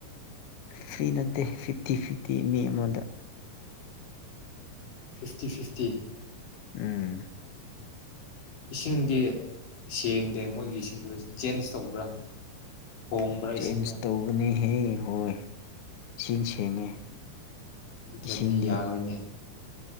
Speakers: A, on the left; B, on the left.
A: ꯐ꯭ꯔꯤ ꯅꯠꯇꯦ ꯐꯤꯐꯇꯤ ꯐꯤꯐꯇꯤ ꯃꯤ ꯑꯃꯗ
B: ꯐꯤꯐꯇꯤ ꯐꯤꯐꯇꯤ
A: ꯎꯝ
B: ꯏꯁꯤꯡꯗꯤ ꯁꯦꯡꯗꯦ ꯃꯣꯏꯒꯤ ꯏꯁꯤꯡꯗꯣ ꯆꯦꯟꯖ ꯇꯧꯕ꯭ꯔꯥ ꯍꯣꯡꯕ꯭ꯔꯥ
A: ꯆꯦꯟꯖ
B: ꯏꯁꯤꯡꯗꯣ
A: ꯇꯧꯕꯅꯤ ꯍꯦ ꯍꯣꯏ ꯏꯁꯤꯡ ꯁꯦꯡꯉꯦ
B: ꯇꯔꯗꯤ
A: ꯏꯁꯤꯡꯗꯤ
B: ꯌꯥꯔꯣꯏꯅꯦ